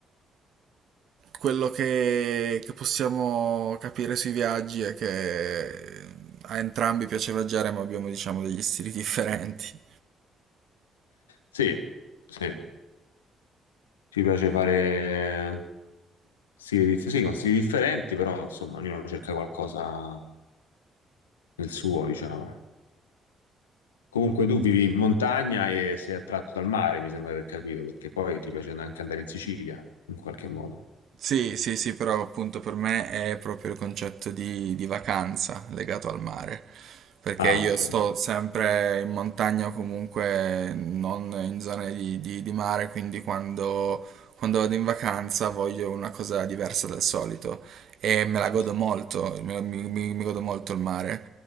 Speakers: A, on the right; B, on the left.
A: quello che, che possiamo capire sui viaggi è che a entrambi piace viaggiare, ma abbiamo, diciamo, degli stili <laughs> differenti.
B: Sì, sì. Ci piace fare stili, di- sì, con stili differenti, però insomma, ognuno cerca qualcosa del suo, diciamo. Comunque tu vivi in montagna e sei attratto dal mare, mi sembra di aver capito, perché poi ti piace anche andare in Sicilia, in qualche modo.
A: Sì, sì, sì, però appunto per me è proprio il concetto di, di vacanza legato al mare, perché
B: Ah,
A: io
B: ok.
A: sto sempre in montagna o comunque non in zone di, di- di mare, quindi quando, quando vado in vacanza voglio una cosa diversa dal solito e me la
B: Ci
A: godo
B: sta.
A: molto, me- mi, mi- mi godo molto il mare